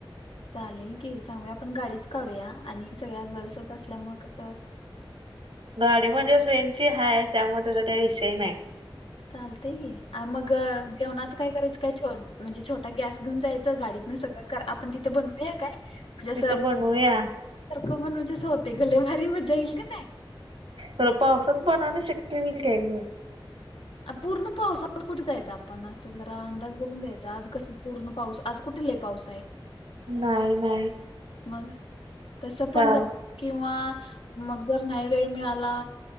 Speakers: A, on the left; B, on the right.
A: चालेल की सांगूया आपण गाडीच काढूया आणि सगळ्या गर्ल्सच असल्यामुळे कस.
B: गाडी म्हणजे फ्रेंड ची आहे त्यामुळे त्याचा काही विषय नाही.
A: चालत मग जेवणाचं काय करायचं काय म्हणजे छोटा गॅस घेऊन जायचं गाडीतन सगळं आपण तिथं बनवूया काय म्हणजे असं
B: तिथं बनवूया
A: सर्क पण म्हणजेस होते गले भारी मजा येईल का नाही.
B: तर पावसात बनवणं शक्य होईल काय ग.
A: पूर्ण पाऊस आज कुठे जायचा आपण असं जरा अंदाज बघून जायचा आज कसं पूर्ण पाऊस आज कुठे कुठे लय पावसा आहे.
B: नाही नाही.
A: मग तस
B: चाल
A: पण किंवा मग जर नाही वेळ मिळाला.